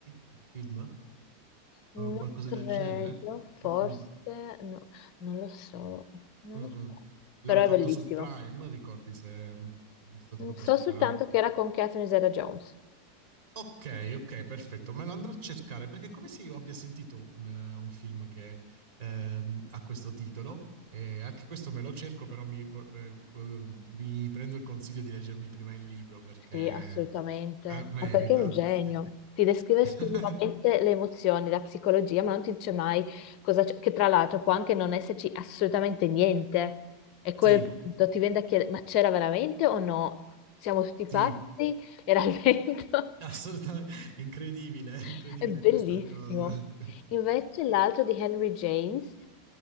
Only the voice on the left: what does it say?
Non
credo,
forse,
no, non lo so, non
lo so.
Però è
bellissimo.
So
soltanto
che era con Catherine Zeta-Jones.
Sì, assolutamente.
Ma perché è un genio?
Ti descrive
esclusivamente le emozioni, la psicologia, ma non ti dice mai cosa c'è, che tra l'altro può anche non esserci assolutamente niente. E a quel
punto ti viene da chiedere, ma c'era veramente o no? Siamo tutti
pazzi? Era il vento?
<laughs> È bellissimo.
Invece l'altro di Henry James